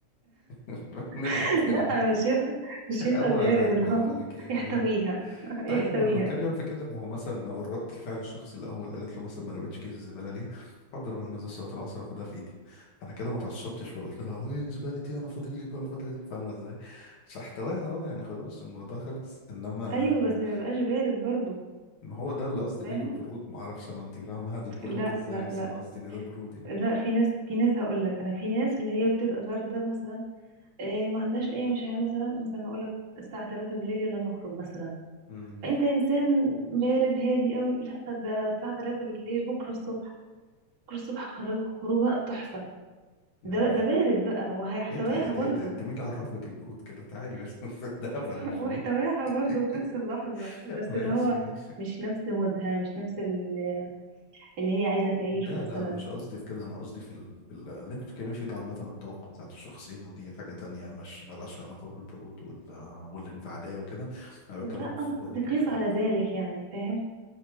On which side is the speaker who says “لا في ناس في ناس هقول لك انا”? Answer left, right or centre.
Right